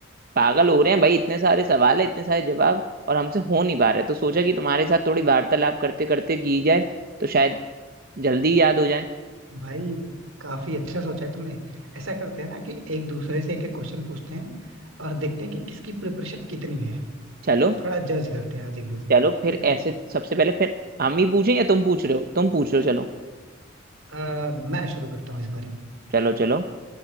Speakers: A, on the right; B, on the right.
A: पागल हो रहे हैं भाई इतने सारे सवाल है इतने सारे जवाब और हमसे हो नहीं पा रहे तो सोचा कि तुम्हारे साथ थोड़ी वार्तालाप करते करते की जाए तो शायद जल्दी याद हो जाए
B: भाई काफी अच्छा सोचा है तुमने ऐसा करते हैं ना कि एक दूसरे से एक एक क्वेश्चन पूछते हैं और देखते हैं कि किसकी प्रिपरेशन कितनी है
A: चलो
B: थोड़ा जज करते हैं आज एक दूसरे
A: चलो
B: को
A: फिर
B: ठीक
A: ऐसे
B: है
A: सबसे पहले फिर हम ही पूछें या तुम पूछ रहे हो तुम पूछ रहे हो चलो
B: अ, मैं शुरू करता हूँ इस बारी
A: चलो चलो